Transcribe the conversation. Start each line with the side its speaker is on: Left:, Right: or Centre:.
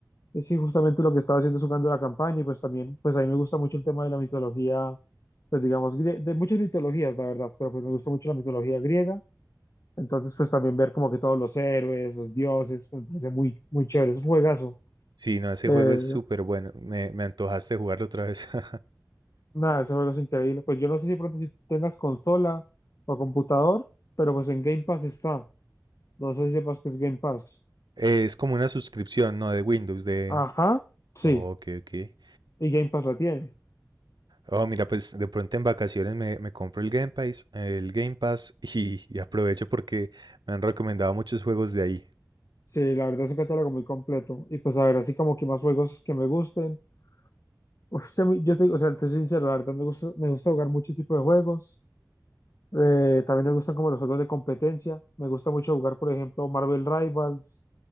Left: Y sí, justamente lo que estaba haciendo es jugando la campaña y pues también, pues a mí me gusta mucho el tema de la mitología, pues digamos, grie- de muchas mitologías, la verdad, pero pues me gusta mucho la mitología griega. Entonces, pues también ver como que todos los héroes, los dioses, pues, me parece muy, muy chévere, es un juegazo.
Right: Sí, no, ese
Left: Eh,
Right: juego es súper bueno. Me, me antojaste jugarlo otra vez. <laughs>
Left: nada, ese juego es increíble. Pues yo no sé si pronto si tengas consola o computador, pero pues en Game Pass está. No sé si sepas que es Game Pass.
Right: Eh, Es como una suscripción, ¿no? De Windows, de,
Left: Ajá, sí,
Right: Ok, ok.
Left: y Game Pass la tiene.
Right: Oh, mira, pues de pronto en vacaciones me, me compro el Game Pass, el Game Pass <laughs> y, y aprovecho porque me han recomendado muchos juegos de ahí.
Left: Sí, la verdad es un catálogo muy completo. Y pues a ver, así como que más juegos que me gusten. Usted, muy- yo te digo, o sea, te sincero, la verdad me gusta, me gusta jugar muchos tipos de juegos. Eh, también me gustan como los juegos de competencia. Me gusta mucho jugar, por ejemplo, Marvel Rivals,